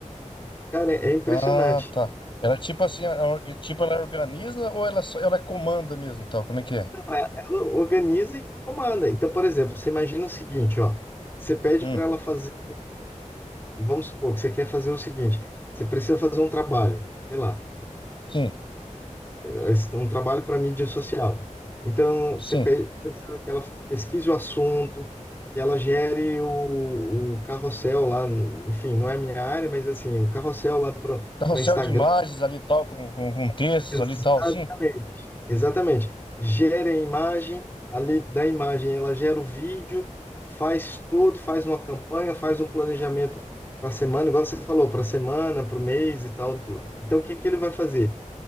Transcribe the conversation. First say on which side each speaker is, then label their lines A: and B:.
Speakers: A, on the left; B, on the left.
A: Cara, é impressionante.
B: ah, tá. Ela é tipo assim, a- a- tipo ela organiza ou ela só, ela é comanda mesmo, tal? Como é que é?
A: Ela organiza e comanda. Então, por exemplo, você imagina o seguinte, ó. Você pede
B: Hum,
A: para ela fazer, vamos supor que você quer fazer o seguinte, você precisa fazer um trabalho, sei lá,
B: sim,
A: é um trabalho para mídia social. Então,
B: sim.
A: você pe- precisa que ela pesquise o assunto, que ela gere o, o carrossel lá, enfim, não é a minha área, mas assim, o carrossel lá
B: Carrossel
A: para Instagram.
B: de imagens ali, tal, com, com, com textos
A: Exatamente.
B: ali, tal, sim.
A: Exatamente. Gera a imagem, ali da imagem ela gera o vídeo, faz tudo, faz uma campanha, faz um planejamento para a semana, igual você falou, para a semana, para o mês e tal, tudo. Então, o que que ele vai fazer?